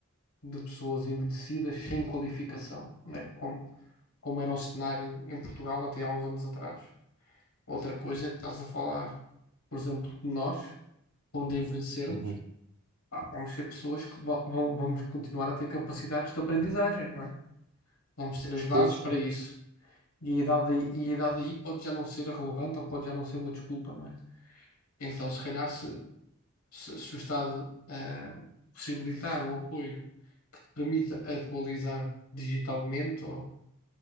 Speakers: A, on the left; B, on the right.
A: de pessoas envelhecidas sem qualificação, né? Como, como era o cenário em Portugal até há uns anos atrás. Outra coisa é estar a falar, por exemplo, de nós, quando envelhecermos
B: Uhum.
A: pá, vamos ser pessoas que va- vão, vamos continuar a ter capacidades de aprendizagem, não é? Vamos ter as bases
B: Sim, sim.
A: para isso. E a idade, aí- e a idade aí pode já não ser relevante ou pode já não ser uma desculpa, não é? Então, se calhar, se, se, se o Estado ah, possibilitar um apoio que te permita atualizar digitalmente ou,